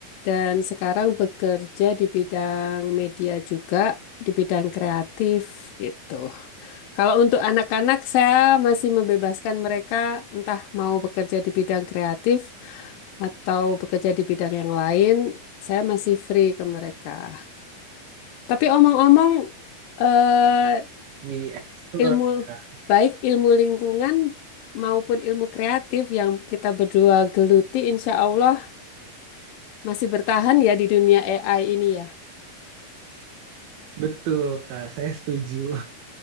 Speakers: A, on the left; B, on the right.
A: dan sekarang bekerja di bidang media juga, di bidang kreatif gitu. Kalau untuk anak-anak, saya masih membebaskan mereka entah mau bekerja di bidang kreatif atau bekerja di bidang yang lain. Saya masih free ke mereka. Tapi omong-omong, eh,
B: Di explore,
A: ilmu
B: Kak.
A: baik ilmu lingkungan maupun ilmu kreatif yang kita berdua geluti, insya Allah masih bertahan ya di dunia AI ini ya.
B: Betul, Kak. Saya setuju.